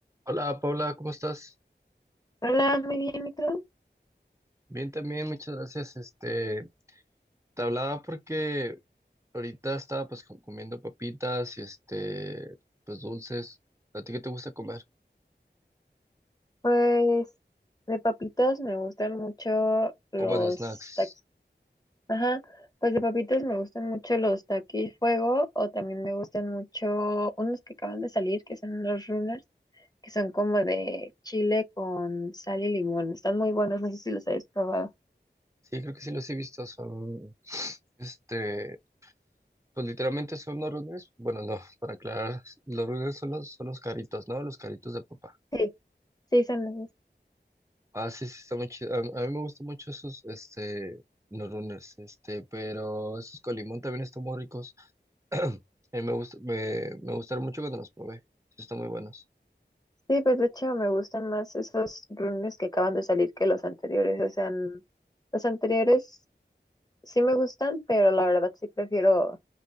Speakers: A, on the right; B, on the left.
A: Hola Paula, ¿cómo estás?
B: Hola, muy bien, ¿y tú?
A: Bien también, muchas gracias. Este, te hablaba porque ahorita estaba pues co- comiendo papitas y este, pues dulces. ¿A ti qué te gusta comer?
B: Pues de papitos me gustan mucho los
A: Como de snacks.
B: taquis. Ajá, pues de papitos me gustan mucho los taquis fuego o también me gustan mucho unos que acaban de salir, que son los runners, que son como de chile con sal y limón. Están muy buenos, no sé si los habéis probado.
A: Sí, creo que sí los he visto, son, <sniffs> este, pues literalmente son los runners. Bueno, no, <laughs> para aclarar, los runners son los, son los caritos, ¿no? Los caritos de papá.
B: Sí, sí, son esos.
A: Ah, sí, sí, está muy chido. A, a mí me gustan mucho esos, este, los runners, este, pero esos con limón también están muy ricos. <clears throat> A mí me gusta, me, me gustaron mucho cuando los probé. Sí, están muy buenos.
B: Sí, pues de hecho me gustan más esos runners que acaban de salir que los anteriores. O sea, n- los anteriores sí me gustan, pero la verdad sí prefiero.